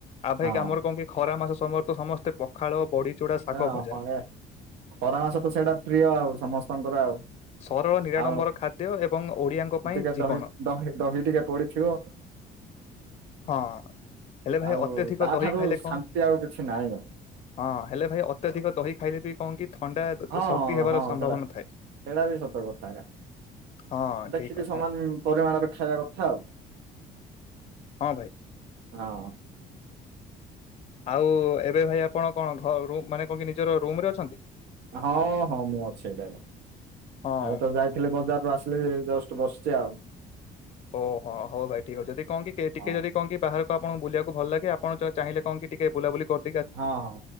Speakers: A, on the left; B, on the right.
A: ଆଉ ଭାଇ
B: ହଁ
A: ଆମର କଣ କି ଖରା ମାସ ସମୟରେ ତ ସମସ୍ତେ ପଖାଳ ବଡିଚୁଡା ଶାଗ
B: ଏ
A: ଭଜା।
B: ହଁ ଏ ଖରା ମାସ ତ ସେଇଟା ପ୍ରିୟ ଆଉ ସମସ୍ତଙ୍କର ଆଉ।
A: ସରଳ ନିରାଡମ୍ବର
B: ଆଉ
A: ଖାଦ୍ୟ ଏବଂ ଓଡିଆଙ୍କ ପାଇଁ
B: ଟିକେ
A: ଜୀବନ
B: ଦହି ଦହି ଦହି ଟିକେ ପଡିଥିବ।
A: ହଁ ହେଲେ ଭାଇ
B: ଆଉ
A: ଅତ୍ୟଧିକ
B: ତା
A: ଦହି
B: ଠାରୁ
A: ଖାଇଲେ କଣ
B: ଶାନ୍ତି ଆଉ କିଛି ନାହିଁ ଆଉ।
A: ହଁ ହେଲେ ଭାଇ ଅତ୍ୟଧିକ ଦହି ଖାଇଲେ ବି କଣ କି ଥଣ୍ଡା
B: ହଁ
A: ସର୍ଦ୍ଦି
B: ହଁ
A: ହେବାର
B: ହଁ
A: ସମ୍ଭାବନା
B: ସେଇଟା
A: ଥାଏ।
B: ସେଇଟା ବି ସତ କଥା ଆଜ୍ଞା,
A: ହଁ
B: ଦେଖିକି
A: ଠିକ କଥା
B: ସମାନ ପରିମାଣରେ ଖାଇବା କଥା ଆଉ।
A: ହଁ ଭାଇ।
B: ହଁ।
A: ଆଉ ଏବେ ଭାଇ ଆପଣ କଣ ଘରୁ ମାନେ କଣ କି ନିଜର ରୁମ ରେ ଅଛନ୍ତି।
B: ହଁ ହଁ ମୁଁ ଅଛି ଏଟା
A: ହଁ
B: ଏବେ ତ ଯାଇଥିଲେ ବଜାରରୁ ଆସ ଲି ଜଷ୍ଟ ବସିଛି ଆଉ।
A: ଓହୋ ହଉ ଭାଇ ଠିକ ଅଛି ଯଦି କନ କିି ଟିକେ
B: ହଁ।
A: ଯଦି କନ କି ବାହାରକୁ ଆପଣଙ୍କୁ ବୁଲିବାକୁ ଭଲ ଲାଗେ ଆପଣ ଚାଁହିଲେ କନ କି ଟିକେ ବୁଲାବୁଲି କର
B: ହଁ ହଁ